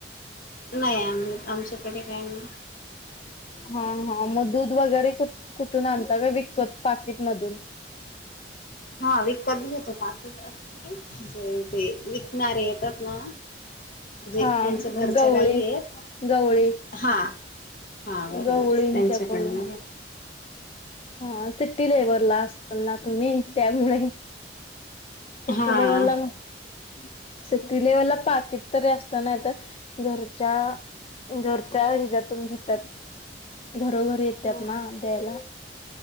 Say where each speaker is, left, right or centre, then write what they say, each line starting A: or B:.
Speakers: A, on the left; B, on the left.
A: नाही आम्ही आमच्याकडे काय नाही
B: हा हा मग दूध वगैरे कुठून आणता का विकत पाकिटमधून
A: हा विकत घेतो पाकीट असं नाही जे ते विकणारे येतात ना जे
B: हा
A: त्यांच्या घरच्या
B: गवळी
A: गाई आहेत
B: गवळी
A: हा हा बरोबर
B: गवळींच्याकडून
A: त्यांच्याकडनं
B: हा सिटी लेवलला असेल ना तुम्ही त्यामुळे सिटीलेव्हल
A: हा
B: ला मग सिटी लेवला पाकिट तरी असतना तर घरच्या घर त्या हिजातून घेतात घरोघरी येतात
A: हो
B: ना द्यायला